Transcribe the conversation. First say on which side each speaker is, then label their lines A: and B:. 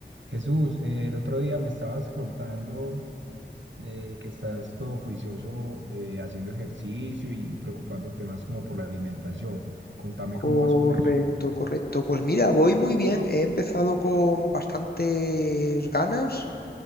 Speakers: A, on the right; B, on the left.
A: Jesús, eh, el otro día me estabas contando eh, que estás todo juicioso eh, haciendo ejercicio y, y preocupándote más como por la alimentación. Contame
B: Correcto,
A: cómo vas con eso.
B: correcto. Pues mira, voy muy bien. He empezado con bastantes ganas.